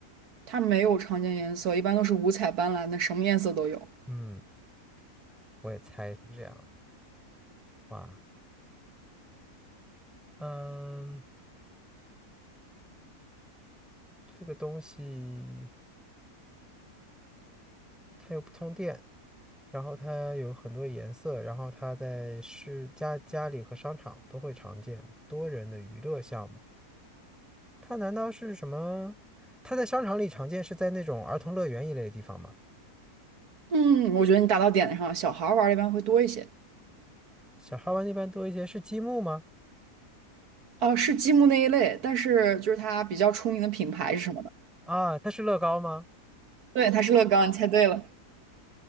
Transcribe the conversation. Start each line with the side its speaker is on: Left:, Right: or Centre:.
Right: 它没有常见颜色，一般都是五彩斑斓的，什么颜色都有。
Centre: 嗯，我也猜是这样。哇，嗯、这个东西它又不通电。然后它有很多颜色，然后它在市家家里和商场都会常见，多人的娱乐项目。它难道是什么？它在商场里常见，是在那种儿童乐园一类的地方吗？
Right: 嗯，我觉得你打到点子上了，小孩儿玩儿的一般会多一些。
Centre: 小孩玩那边多一些，是积木吗？
Right: 哦，是积木那一类，但是就是它比较出名的品牌是什么呢？
Centre: 啊，它是乐高吗？
Right: 对，它是乐高，你猜对了，